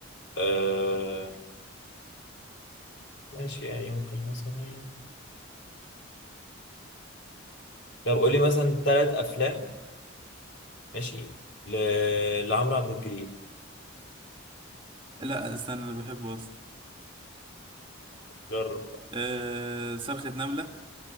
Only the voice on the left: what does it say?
آه... ماشي يعني ممكن مثلا طب قول لي مثلا ثلاث أفلام ماشي ل... لعمرو عبد الجليل
جرب بقى